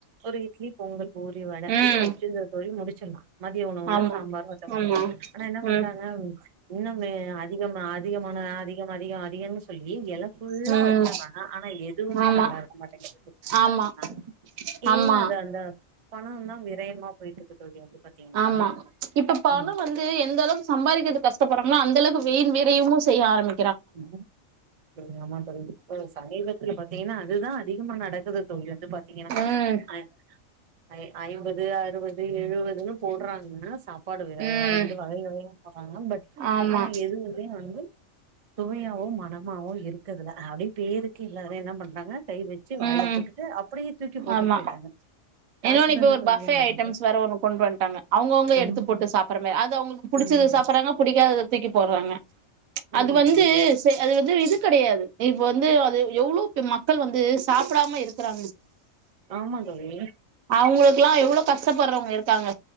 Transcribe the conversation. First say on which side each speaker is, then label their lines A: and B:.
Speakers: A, on the right; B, on the right.
A: ஒரு இட்லி பொங்கல் பூரி வட
B: ம்
A: இத வச்சு தோழி முடிச் சொன்னா மதிய உணவுனா
B: ஆமா
A: சாம்பார் வத்தக்கொழம்பு
B: ஆமா
A: ஆனா என்ன பண்றாங்க
B: ம்
A: இன்னமு அதிக அதிகமான ாத ஆீ என் <unintelligible> சொல்லி எல புல்லா
B: ம்
A: வச்சிர்ராங்க ஆனா எதுவுமே
B: ஆமா
A: நல்லா இருக்க மாட்டேங்கு
B: ஆமா
A: பாத்தீங்கனா ஏ
B: ஆமா
A: அது அந்த பணந்தா விரயமா போய்ட்ருக்கு தோழி வந்து பாத்தீங்கன்னா
B: ஆமா இப்ப பண
A: ம்
B: வந்து எந்த அளவுக்கு சம்பாதிக்கிறது கஷ்டப்பறாங்கன்னா அந்த அளவுக்கு வெயின் விறையுமு செய்ய ஆரம்பி
A: உ நம இப்ப சமீவத்தில் <unintelligible> ஏன்னா அதுதா அதிகமா நடக்குது தோழி வந்து பாத்தீங்கன்னா
B: ம்
A: ஆ ஐம்பது அறுபது எழுவதுன்னு போடுறாங்கன்னா சாப் ப்பாடு
B: ம்
A: வந்து வகை வகைய போடுறாங்க பட்
B: ஆமா
A: ஆனா எதுலயு வந்து சுவையாவோ மனமாவோ இருக்குதுல அப்டிய பேருக்கு எல்லாரு என்ன பண்றாங்க கை வச்சு வாயில
B: உம்
A: போட்டுட்டு அப்டியே தூக்கி போட்டுட்டு
B: ஆமா
A: போயிட்டாங்க காசு
B: என்னொன்னு இப்ப
A: தான
B: ஒரு
A: தோழி
B: பஃபே
A: வேணு அப்டின்டு
B: ஐட்டம்ஸ் வேற ஒன்னு கொண்டு வந்துட்டாங்க அவுங்கவுங்க
A: ஆமா
B: எடுத்து போட்டு சாப்ற மாரி அது அவுங்களுக்கு புடிச்சது
A: ம்
B: சாப்புறாங்க புடிக்காதத தூக்கி போடுறாங்க அது
A: ஆமா
B: வந்து
A: தோழி ஆமா
B: அது வந்து இது கெடயாது இ இப்ப வந்து அது எவ்ளோ மக்கள் வந்து சாப்டாம இருக்கு
A: ஆமா தோழி
B: அவுங்களுக்குல்லா எவ்ள கஷ்டப்படுறவங்க இருக்காங்க